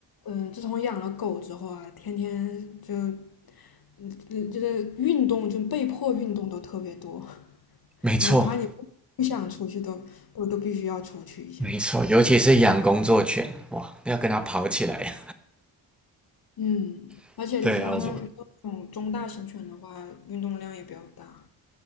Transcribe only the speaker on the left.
嗯，自从养了狗之后啊，天天就嗯，嗯就是运动，就被迫运动都特别多。
哪怕你不想出去都都都必须要出去一下。
嗯，
而且像像像这种中大型犬的话，
运动量也比较大。